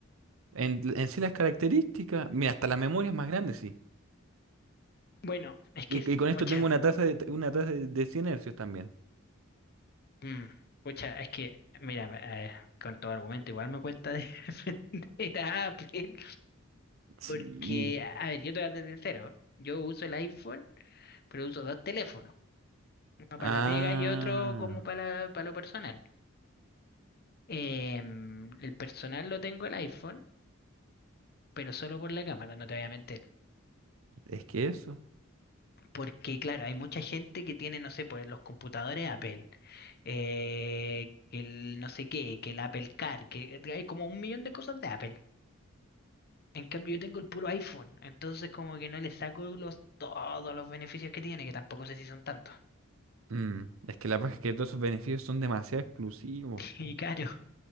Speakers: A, on the right (about 75°); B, on the left (about 50°).
A: En, en sí las características, mira, hasta la memoria es más grande, sí.
B: Bueno, es
A: Y,
B: que,
A: y con esto
B: pocha,
A: tengo una tasa de, una tasa de, de 100 hercios también.
B: mm, pocha, es que, mira, eh, con todo argumento igual me cuesta <laughs> defender a Apple.
A: Sí.
B: Porque, a a ver, yo te voy a ser sincero. Yo uso el iPhone, pero uso dos teléfonos. Uno para
A: Ah,
B: la pega y otro como para, la- para lo personal. Em, el personal lo tengo el iPhone, pero solo por la cámara, no te voy a mentir.
A: es que eso.
B: Porque, claro, hay mucha gente que tiene, no sé, pues los computadores Apple, eh, que el no sé qué, que el Apple Car, que hay como un millón de cosas de Apple. En cambio, yo tengo el puro iPhone, entonces como que no le saco los, todos los beneficios que tiene, que tampoco sé si son tantos.
A: Mm, es que la verdad es que todos sus beneficios son demasiado exclusivos,
B: <laughs>
A: po.
B: Y caro.